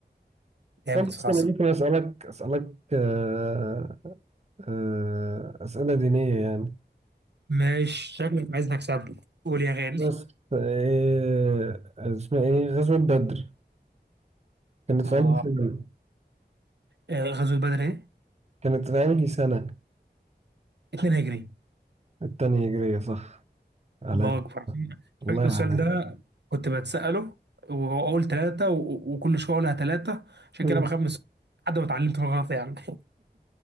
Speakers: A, on the right; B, on the right.
A: جامد
B: أنا
A: صراحة
B: أصلا ممكن أسألك أسألك آه، آه، أسئلة دينية يعني
A: ماشي شكلك عايزني اكسبك قول يا غالي
B: بس إيه اسمها إيه غزوة بدر كانت في
A: اه
B: أنهي سنة؟
A: آه، غزوة بدر ايه؟
B: كانت في أنهي سنة؟
A: 2 هجري
B: التانية هجرية صح علام
A: الله اكبر
B: الله
A: فاكر
B: يعلم
A: السؤال ده كنت بتسأله واقول ثلاثة وكل شوية اقولها ثلاثة عشان
B: مم.
A: كده بخاف من السؤال لحد ما اتعلمت من الغلط يعني <laughs>